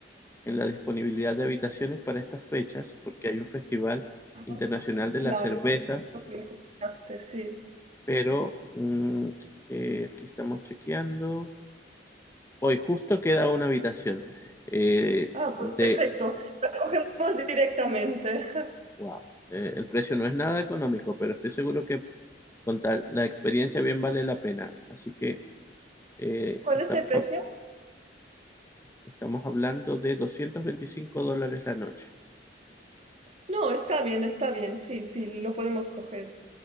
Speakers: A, on the left (about 15°); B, on the right (about 40°).
A: en la disponibilidad de habitaciones para estas fechas, porque hay un festival
B: Ajá.
A: internacional de
B: Claro,
A: la cerveza,
B: lo que me comentaste, sí.
A: pero mm, eh, aquí estamos chequeando. Hoy justo queda una habitación eh,
B: Ah,
A: de...
B: pues perfecto. La cogemos directamente. <laughs>
A: Wow. Eh, el precio no es nada económico, pero estoy seguro que con tal, la experiencia bien vale la pena. Así que eh,
B: ¿Cuál
A: estamos,
B: es el precio?
A: hab- estamos hablando de 225 dólares la noche.
B: No, está bien, está bien. Sí, sí, lo podemos coger.